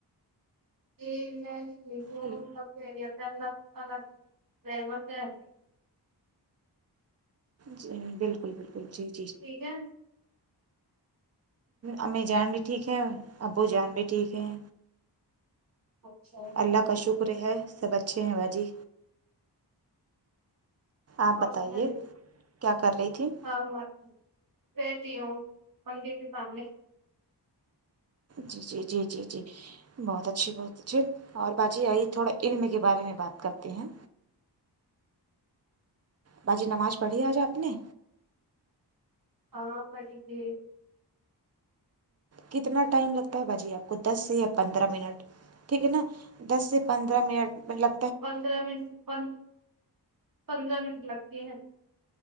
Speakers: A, on the right; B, on the right.
A: <unintelligible>
B: ہیلو
A: <unintelligible>
B: جی بالکل بالکل جی جی
A: کیا
B: امی جان بھی ٹھیک ہے ابو جان بھی ٹھیک ہے
A: اچھا
B: اللہ کا شکر ہے سب اچھے ہیں باجی آپ بتائیے
A: اور سنائیے
B: کیا کر رہی تھی
A: ہاں <unintelligible> بیٹھی ہوں پنکھے کے سامنے
B: جی جی جی جی جی بہت اچھی بہت اچھے اور باجی آئیے تھوڑا علم کے بارے میں بات کرتے ہیں باجی نماز پڑھی آج آپ نے
A: ہاں پڑھی تھی
B: کتنا ٹائم لگتا ہے باجی آپ کو دس سے یا پندرہ منٹ ٹھیک ہے نا دس سے پندرہ منٹ مطلب
A: پندرہ منٹ پن پندرہ منٹ لگتی ہیں